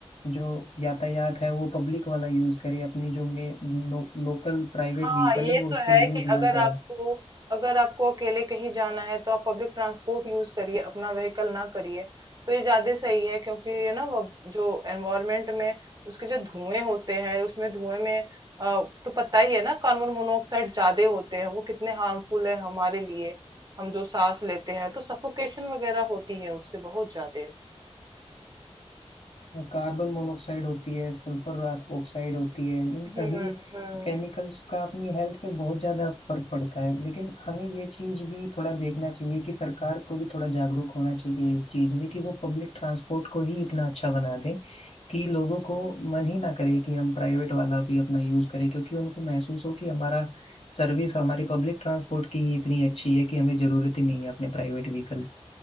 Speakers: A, on the left; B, on the right.
A: जो यातायात है वो पब्लिक वाला यूज करें अपनी जो मे, लो, लोकल प्राइवेट
B: हाँ
A: व्हीकल
B: ये
A: है वो उसको
B: तो है
A: यूज
B: कि
A: ना
B: अगर
A: करें
B: आपको अगर आपको अकेले कहीं जाना है तो आप पब्लिक ट्रांसपोर्ट यूज करिए अपना व्हीकल ना करिए तो ये ज्यादा सही है क्योंकि ये ना वो जो एनवायरमेंट में उसके जो धुएं होते हैं उसमें धुएं में अ, तो पता ही है ना कार्बन मोनोऑक्साइड ज्यादा होते हैं वो कितने हार्मफुल है हमारे लिए हम जो सांस लेते हैं तो सफोकेशन वगैरह होती है उससे बहुत ज्यादा
A: कार्बन मोनोऑक्साइड होती है सल्फर ऑक्साइड होती है इन
B: हम्म
A: सभी
B: हम्म
A: केमिकल्स का अपनी हेल्थ पे बहुत ज्यादा फर्क पड़ता है लेकिन हमें ये चीज भी थोड़ा देखना चाहिए कि सरकार को भी थोड़ा जागरूक होना चाहिए इस चीज में कि वो पब्लिक ट्रांसपोर्ट को ही इतना अच्छा बना दे कि लोगों को मन ही ना करे कि हम प्राइवेट वाला भी अपना यूज करें क्योंकि उनको महसूस हो कि हमारा सर्विस हमारी पब्लिक ट्रांसपोर्ट की ही इतनी अच्छी है कि हमें जरूरत ही नहीं है अपने प्राइवेट व्हीकल